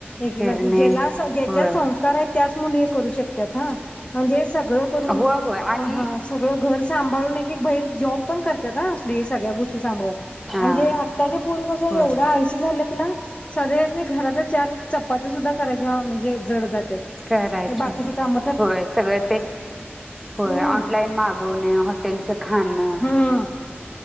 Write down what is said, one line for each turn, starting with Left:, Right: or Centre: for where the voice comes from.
Left: एकेकास्नी
Centre: फिरणे
Left: ज्याला ज्याच्या
Centre: होय
Left: संस्कार आहेत त्याच मुली हे करू शकतात हा म्हणजेच? सगळं करून
Centre: होय होय आणि
Left: हा सगळं घर सांभा सांभाळून एक एक बहीर जॉब पण करते त्या ना आपली सगळ्या गोष्टी सांभाळून आणि
Centre: हा
Left: ते आत्ताचे पोरी कस एवढं
Centre: होय
Left: आळशी झालेत ना सगळ्यांस्नी घराला चार चपाती सुद्धा करायच्या म्हणजे जड जात्यात
Centre: करायच्या
Left: बाकीची
Centre: होय
Left: काम
Centre: होय सगळं ते होय
Left: हम्म
Centre: ऑनलाईन मागवण हॉटेलचं खाणं
Left: हम्म